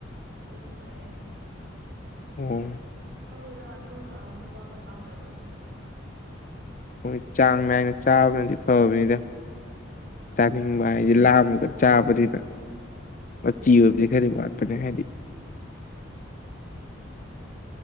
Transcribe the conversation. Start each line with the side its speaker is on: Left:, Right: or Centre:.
Right: ꯇꯝ ꯆꯑ
Left: ꯑꯣ
Right: ꯍꯪꯗꯩꯗ ꯑꯗꯨꯝ ꯆꯥꯅꯤꯡꯕ ꯃꯇꯥꯡꯗ ꯑꯗꯨꯝ ꯆꯥ
Left: ꯍꯣꯏ ꯆꯥꯡ ꯅꯥꯏꯅ ꯆꯥꯕꯅꯗꯤ ꯐꯕꯅꯤꯗ ꯆꯥꯅꯤꯡꯕ ꯍꯥꯏꯗꯤꯦ ꯂꯥꯑꯝꯃ ꯆꯥꯕꯅꯤꯅ ꯃꯆꯤ ꯑꯣꯏꯕꯗꯤ ꯈꯗꯤ ꯋꯥꯠꯄꯅꯤ ꯍꯥꯏꯗꯤ